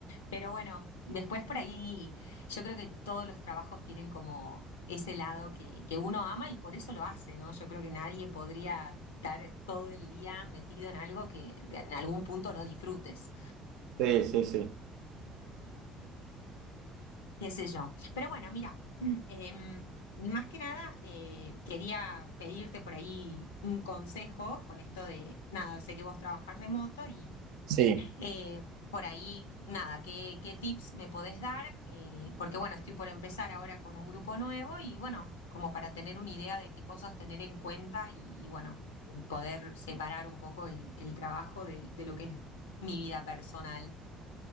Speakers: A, on the left (about 75°); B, on the right (about 65°).
A: Pero bueno, después por ahí yo creo que todos los trabajos tienen como ese lado que, que uno ama y por eso lo hace, ¿no? Yo creo que nadie podría estar todo el día metido en algo que de- en algún punto no disfrutes,
B: Sí, sí, sí.
A: qué sé yo. Pero bueno, mira, <clears throat> em, más que nada eh, quería pedirte por ahí un consejo con esto de, nada, sé que vos trabajás remoto
B: Sí.
A: Eh, por ahí, nada, ¿qué, qué tips me podés dar? Eh, porque bueno, estoy por empezar ahora con un grupo nuevo y bueno, como para tener una idea de qué cosas tener en cuenta y, y, bueno, poder separar un poco el, el trabajo de, de lo que es mi vida personal.